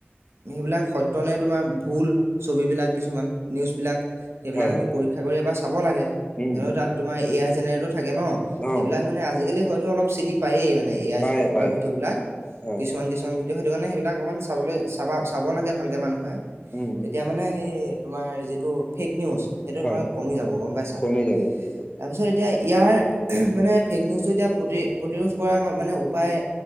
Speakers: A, on the right; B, on the left.
A: সেইবিলাক সত্য নে তোমাৰ ভুল ছবিবিলাক কিছুমান নিউজবিলাক সেইবিলাক
B: হয়,
A: আমি। পৰীক্ষা কৰি এবাৰ চাব লাগে।
B: উম,
A: কিয় তাত তোমাৰ এ, আই জেনেৰেটৰ থাকে ন,
B: অ',
A: সেইবিলাক আজিকালি হয়তো অলপ চিনি পায়েই মানে। এ
B: পায়
A: আই জেনেৰেট
B: পায়
A: কৰা ভিডঅ' বিলাক।
B: হয়,
A: কিছুমান, কিছুমান ভিডিঅ' সেইটো কাৰণে সেইবিলাক অকমান চাবলৈ চাবা, চাব লাগে ভালকে মানুহে।
B: উম,
A: তেতিয়া মানে সেই তোমাৰ যিটো ফেক নিউজ সেইটো
B: হয়,
A: তোমাৰ কমি যাব গম পাইছা।
B: কমি
A: তাৰপিছত
B: যাব কমি যাব
A: এতিয়া ইয়াৰ মানে ফেক নিউজটো এতিয়া প্ৰতি প্ৰতিৰোধ কৰা মানে উপায়।